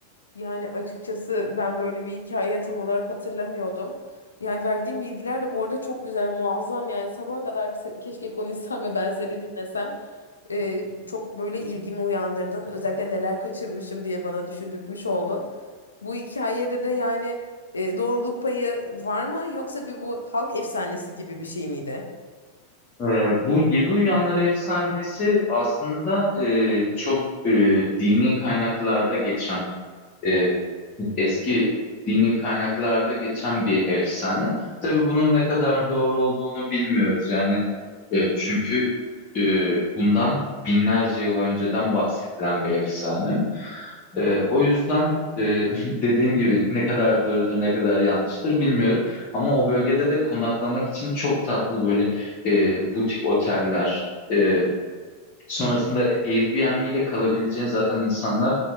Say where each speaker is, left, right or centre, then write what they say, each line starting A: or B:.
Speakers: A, on the left; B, on the left.
A: Yani açıkçası ben böyle bir hikaye tam olarak hatırlamıyordum. Yani verdiğim bilgiler de bu arada çok güzel, muazzam yani sabaha kadar kese- keşke konuşsam ve ben seni dinlesem. Ee, çok böyle ilgimi uyandırdın. Özellikle neler kaçırmışım diye bana düşündürtmüş oldun. Bu hikayede de yani E, doğruluk payı var mı yoksa bir bu halk efsanesi gibi bir şey miydi?
B: Ee, bu Yedi Uyanlar efsanesi aslında e, çok e, dini kaynaklarda geçen e, eski dini kaynaklarda geçen bir efsane. Tabii bunun ne kadar doğru olduğunu bilmiyoruz. Yani e, çünkü e, bundan binlerce yıl önceden bahsedilen bir efsane. Ee, o yüzden e, <laughs> dediğim gibi ne kadar doğrudur ne kadar yanlıştır bilmiyorum. Ama o bölgede de konaklamak için çok tatlı böyle e, butik oteller, e, Sonrasında Airbnb ile kalabileceğin zaten insanlar